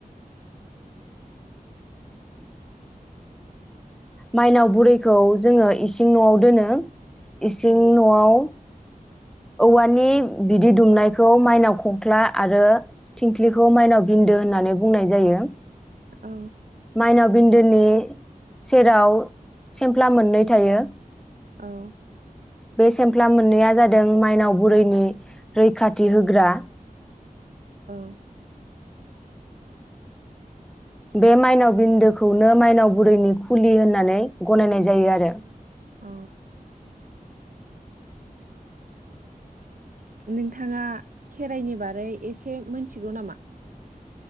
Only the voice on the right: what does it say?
औ
औ।
औ।
औ।
औ। नोंथाङा खेराइनि बारै एसे मोनथिगौ नामा?